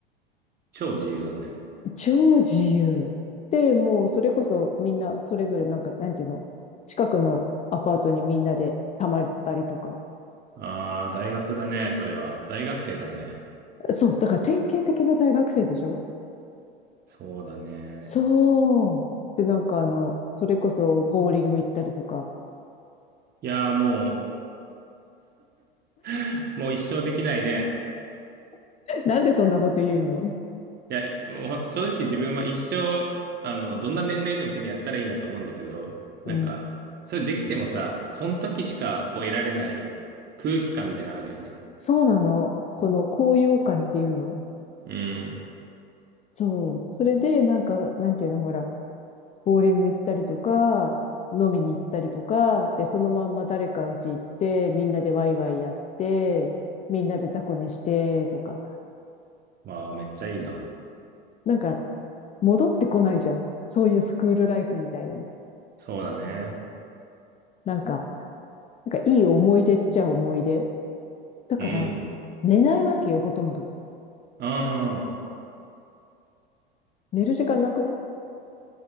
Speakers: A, on the right; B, on the left.
A: 超自由だね。
B: 超自由。で、もうそれこそみんなそれぞれなんか、なんていうの、近くのアパートにみんなで泊まったりとか。
A: ああ、大学だね、それは。大学生だね。
B: そう、だから典型的な大学生でしょ
A: そうだね。
B: そう。で、なんかあの、それこそボーリング行ったりとか。
A: いやー、もう、<laughs> もう一生できないね。
B: <laughs> なんでそんなこと言うの
A: いや、いもう正直自分は一生、あの、どんな年齢でもそれやったらいいなと思うんだけど、なんか、
B: うん。
A: それできてもさ、その時しかこう得られない空気感みたいなのあるよね。
B: そうなの。この高揚感っていうの
A: うん。
B: そう。それで、なんか、なんていうの、ほら、ボーリング行ったりとか、飲みに行ったりとか、で、そのまんま誰かんち行って、みんなでワイワイやって、みんなで雑魚寝して、とか。
A: まあ、めっちゃいいな。
B: なんか、戻ってこないじゃん。そういうスクールライフみたいなの。
A: そうだね。
B: なんか、なんかいい思い出っちゃ思い出。だから、
A: うん。
B: 寝ないわけよ、ほとんど。
A: ああ。
B: 寝る時間なくない